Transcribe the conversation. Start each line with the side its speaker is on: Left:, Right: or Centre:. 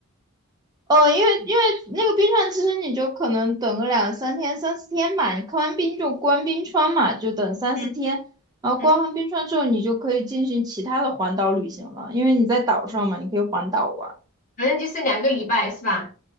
Right: 呃，因为因为那个冰川，其实你就可能等个两三天、三四天吧。你看完冰就关冰川嘛，就等三四天。
Left: 嗯
Right: 然后关完冰川之后，
Left: 嗯，
Right: 你就可以进行其他的环岛旅行了，因为你在岛上嘛，你可以环岛玩儿
Left: 反正就是两个礼拜是吧？